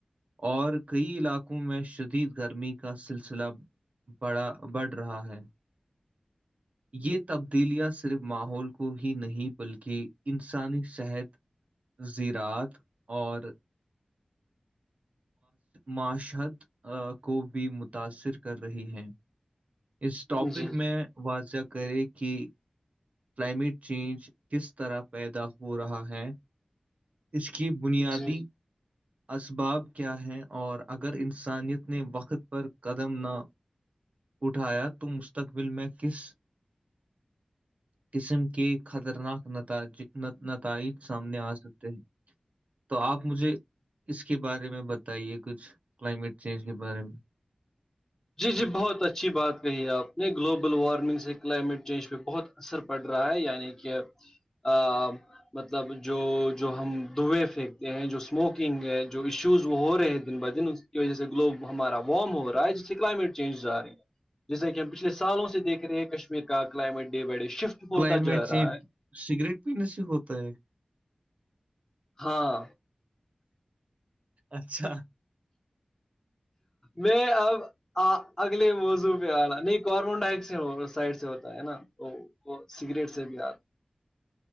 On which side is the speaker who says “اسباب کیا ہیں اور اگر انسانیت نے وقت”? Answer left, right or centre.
Right